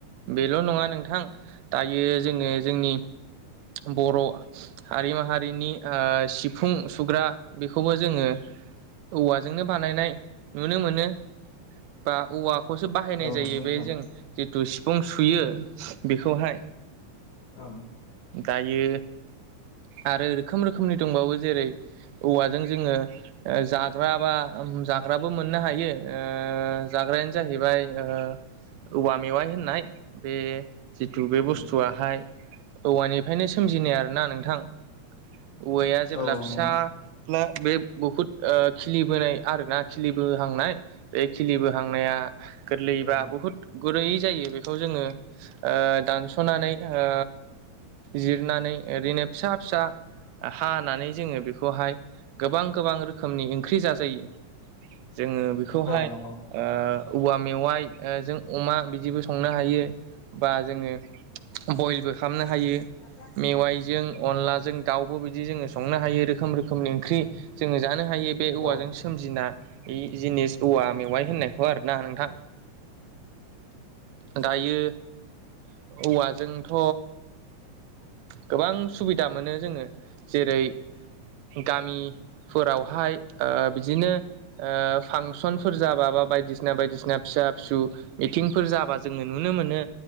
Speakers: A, on the right (about 80°); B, on the left (about 65°).
A: बेल' नङा नोंथां दायो जोङो जोंनि बर' हारि माहारिनि ओ सिफुं सुग्रा बेखौबो जोङो औवाजोंनो बानायनाय नुनो मोनो। बा औवाखौसो बाहायनाय
B: औ
A: जायो
B: नंगौ
A: बे
B: नोंथां
A: जों जिथु सिफुं सुयो। बेखौहाय
B: औ
A: गायो आरो रोखोम रोखोमनि दंबावो जेरै औवाजों जोङो जाग्रा बा जाग्राबो मोननो हायो ओ जा जाग्रायानो जाहैबाय ओ औवा मेवाइ होननाय बे जिथु बे
B: औ
A: बुस्थुवाहाय औवानिफ्रायनो सोमजिनाय आरोना नोंथां औवाया जेब्ला
B: औ
A: फिसा
B: नंगौ
A: बे बुहुत खिलिबोनाय आरो ना खिलि बोहांनाय बे खिलि बोहांनाया गोरलै
B: औ
A: बा बुहुत गुरैयै जायो बेखौ जोङो ओ दानस'नानै ओ जिरनानै ओरैनो फिसा फिसा हानानै जोङो बेखौहाय गोबां गोबां रोखोमनि ओंख्रि जाजायो। जोङो बेखौहाय
B: औ नंगौ
A: ओ औवा मेवाइ ओ जों अमा बिदिबो संनो हायो बा जोङो बयलबो खालामनो हायो।
B: <unintelligible>
A: मेवाइजों अनलाजों दाउबो बिदि जोङो संनो हायो रोखोम रोखोमनि ओंख्रि जोङो जानो हायो बे औवाजों
B: औ
A: सोमजिना ए जिनिस औवा मेवाइ होननाय खौ आरो ना नोंथां दायो औवाजोंथ' गोबां सुबिदा मोनो जोङो जेरै गामिफोरावहाय ओ बिदिनो ओ फां सनफोर जाबा बा बायदिसिना बायदिसिना फिसा फिसौ मिथिंफोर जाबा जोङो नुनो मोनो।